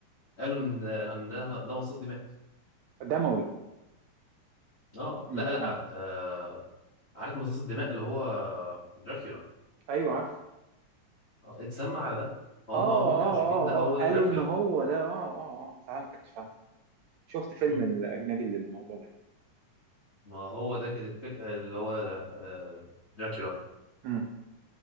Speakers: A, on the left; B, on the right.
A: قالوا ان إن ده ده مصاص دماء
B: دموي
A: اه
B: مم.
A: لا لا
B: مم.
A: آه عارف مصاص الدماء اللي هو دراكولا
B: أيوه عارف
A: آه، اتسمى على ده هم
B: اه
A: آه، هم كانوا
B: اه
A: شايفين
B: اه
A: ده هو
B: اه
A: ده
B: قالوا
A: دراكولا
B: إن هو ده اه اه اه فهمتك فهمتك شفت فيلم
A: مم.
B: الأجنبي للموضوع ده
A: ما هو ده كانت الفكره اللي هو آه دراكولا
B: مم.